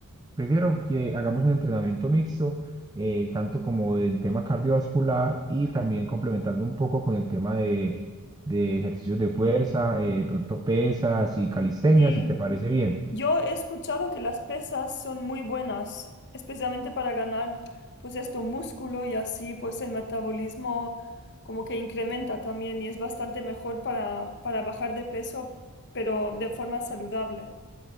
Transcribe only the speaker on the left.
Ujú.
Sí,
yo he escuchado que las pesas son muy buenas, especialmente para ganar pues esto músculo y así pues el metabolismo como que incrementa también y es bastante mejor para, para bajar de peso, pero de forma saludable.